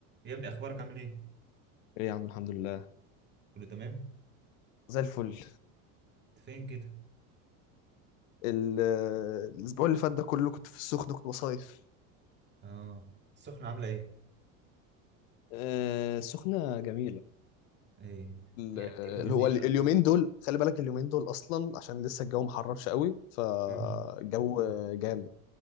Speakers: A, on the right; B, on the left.
A: يا ابني اخبارك عامل ايه
B: ايه يا عم الحمد لله
A: كله تمام
B: زي الفل
A: انت فين كده
B: ال- الاسبوع اللي فات ده كله كنت في السخنه كنت بصيف
A: اه السخنة عاملة ايه
B: آه سخنة جميلة
A: ايه
B: ال-
A: في اكتيفيتيز
B: اللي هو
A: ايه
B: ال-
A: بقى
B: اليومين دول خلي بالك اليومين دول اصلا عشان لسه الجو ما حررش قوي فالجو
A: مم.
B: جامد